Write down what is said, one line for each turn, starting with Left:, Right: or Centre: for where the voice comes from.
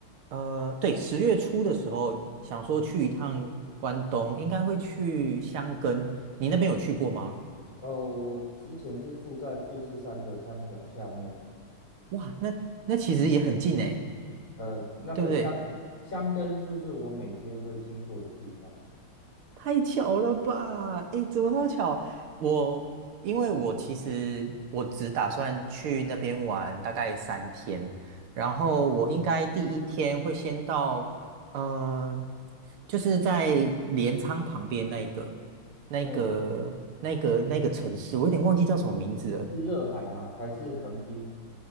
Right: 呃，对，十月初的时候想说去一趟关东，应该会去箱根。你那边有去过吗？
Left: 呃，我之前是住在富士山的山脚下面，
Right: 哇，那那其实也很近哎，
Left: 呃，那个箱
Right: 对不对？
Left: 箱根就是我每天会经过的地方。
Right: 太巧了吧！哎，怎么那么巧？我因为我其实我只打算去那边玩大概三天，然后我应该第一天会先到，嗯，就是在镰仓旁边那一个、那个、
Left: 嗯，
Right: 那个、那个城市，我有点忘记叫什么名字了。
Left: 是热海吗？还是横滨？